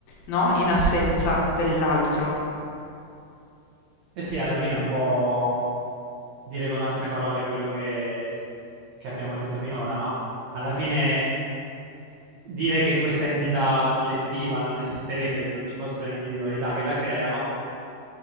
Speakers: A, on the left (about 75°); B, on the right (about 75°).
A: no? In assenza dell'altro.
B: Eh sì, alla fine è un po' dire con altre parole quello che, che abbiamo detto finora, no? Alla fine dire che questa entità collettiva non esisterebbe se non ci fossero le individualità che la creano